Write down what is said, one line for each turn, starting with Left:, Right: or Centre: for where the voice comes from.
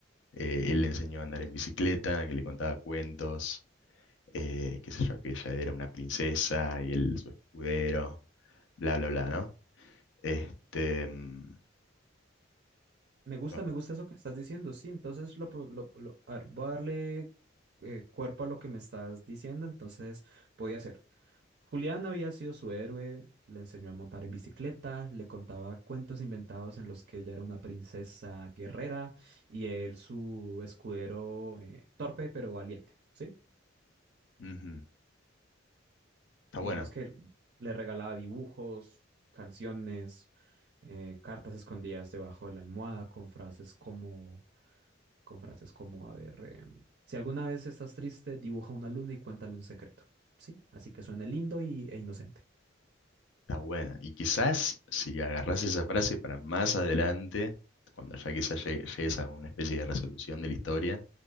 Left: eh, él le enseñó a andar en bicicleta, que le contaba cuentos, eh, qué sé yo, que ella era una princesa y él su escudero, bla, bla, bla, ¿no? Este, mm,
Right: Me gusta,
Left: no,
Right: me gusta eso que estás diciendo, sí, entonces lo, po- lo- lo- a ver, voy a darle eh, cuerpo a lo que me estás diciendo, entonces podía ser. Julián había sido su héroe, le enseñó a montar en bicicleta, le contaba cuentos inventados en los que ella era una princesa guerrera y él su escudero eh, torpe pero valiente. ¿sí?
Left: ujú, está
Right: digamos
Left: bueno,
Right: que le regalaba dibujos, canciones, eh, cartas escondidas debajo de la almohada con frases como, con frases como, a ver, em, si alguna vez estás triste, dibuja una luna y cuéntale un secreto, ¿sí? Así que suene lindo y, e inocente.
Left: está bueno. Y quizás si agarrás esa frase para más adelante, cuando ya quizás llegue- llegues a una especie de resolución de la historia,